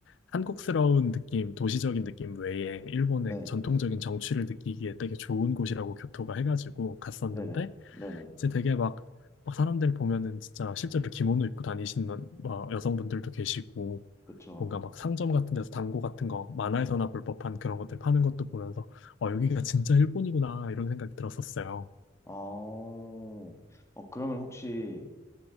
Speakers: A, on the left (about 85°); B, on the left (about 15°).
A: 한국스러운 느낌, 도시적인 느낌 외에, 일본의
B: 네.
A: 전통적인 정취를 느끼기에 되게 좋은 곳이라고 교토가 해가지고 갔었는데,
B: 네네. 네네.
A: 이제 되게 막, 막 사람들 보면은 진짜 실제로 기모노 입고 다니시는 막 여성분들도 계시고,
B: 그쵸.
A: 뭔가 막 상점 같은 데서 당고 같은 거 만화에서나 볼 법한 그런 것들 파는 것도 보면서 어, 여기가 진짜 일본이구나 이런 생각이 들었었어요.
B: 어, 어, 그러면 혹시,